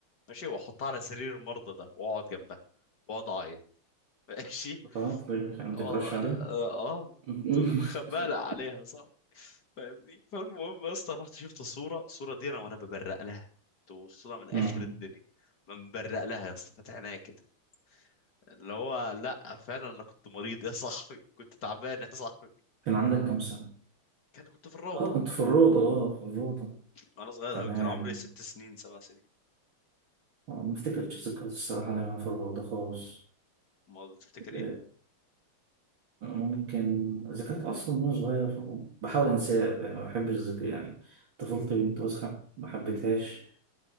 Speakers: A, on the left (about 50°); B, on the right (about 60°).
A: ماشي واحطها على سرير المرضى ده واقعد جنبها واقعد اعيط ماشي
B: طب طيب يعني بتكرش
A: والله
B: عليه
A: اه آه،
B: <laughs>
A: كنت خبالة عليها صح فاهمني فالمهم يا اسطى رحت شفت صورة الصورة دي انا وانا ببرق لها توصلها من اخر
B: مم.
A: الدنيا من برق لها يا اسطى فاتح عينيا كده اللي هو لا فعلا انا كنت مريض يا صاحبي كنت تعبان يا صاحبي
B: كان عندك كام سنة؟
A: كان كنت في الروضة
B: اه كنت في الروضة اه في الروضة
A: وانا صغير
B: تمام
A: قوي كان عمري ست سنين سبع سنين
B: اه، ما افتكرش ذكريات الصراحة لما انا في الروضة خالص
A: ما بتفتكر ايه
B: اه، ممكن ذكريات أصلا وأنا صغير بحاول أنساها يعني ما بحبش الذكر يعني طفولتي بنت وسخة ما حبيتهاش